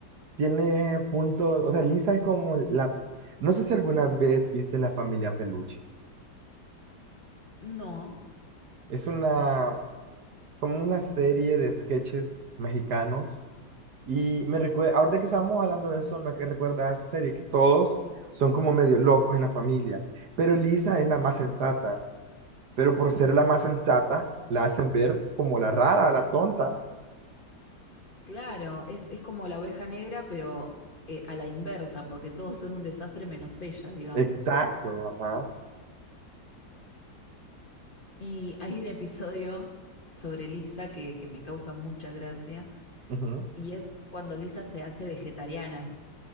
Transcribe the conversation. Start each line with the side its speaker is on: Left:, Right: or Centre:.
Right: tiene puntos, o sea, Lisa es como la, no sé si alguna vez viste La Familia Peluche.
Left: No,
Right: Es una, como una serie de sketches mexicanos. Y me recuerda, ahorita que estábamos hablando de eso, me que recuerda a esa serie, que todos son como medio locos en la familia, pero Lisa es la más sensata, pero por ser la más sensata, la hacen ver como la rara, la tonta.
Left: claro, es, es como la oveja negra, pero eh, a la inversa, porque todos son un desastre menos ella, digamos.
Right: Exacto, ajá.
Left: Y hay un episodio sobre Lisa que, que me causa mucha gracia
Right: ujú.
Left: y es cuando Lisa se hace vegetariana.